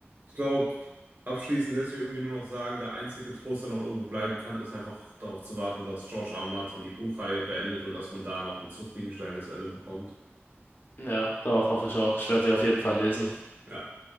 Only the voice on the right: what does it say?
Ich glaube, abschließend lässt sich irgendwie nur noch sagen, der einzige Trost, der noch irgendwo bleiben kann, ist einfach darauf zu warten, dass George R. R. Martin die Buchreihe beendet und dass man da noch ein zufriedenstellendes Ende bekommt.
Ja.